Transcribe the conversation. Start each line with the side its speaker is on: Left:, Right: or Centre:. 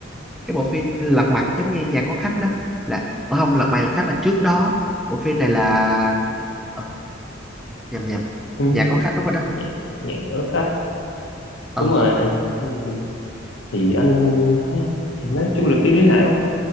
Centre: cái bộ phim Lật Mặt giống như nhà có khách đó là ờ, không Lật Mặt nhà có khách là trước đó bộ phim này là ờ, nhầm nhầm
Left: Ừ,
Centre: nhà có khách đúng rồi đó
Left: nhẹ nhẹ đỡ khách
Centre: Ờ,
Left: đúng rồi Ừ, thì anh thấy thì nói chung là phim Lý Hải ok